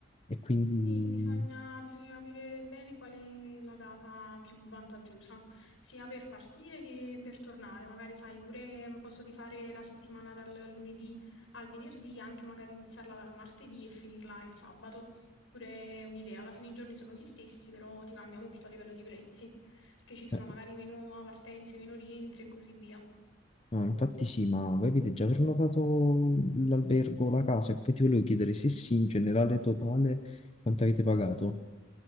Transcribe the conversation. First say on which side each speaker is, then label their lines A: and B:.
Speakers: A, on the left; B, on the left.
A: E quindi...
B: Sì, bisogna, bisogna capire bene qual è la data più vantaggiosa, sia per partire che per tornare. Magari, sai, pure mm, posso di fare la settimana dal lunedì al venerdì, anche magari iniziarla dal martedì e finirla il sabato. Pure è un'idea, alla fine i giorni sono gli stessi, però ti cambia molto a livello di prezzi, perché ci sono
A: eh,
B: magari meno partenze, meno rientri e così via.
A: no, infatti sì, ma voi avete già prenotato l'albergo, la casa, e poi ti volevo chiedere se sì, in generale totale, quanto avete pagato?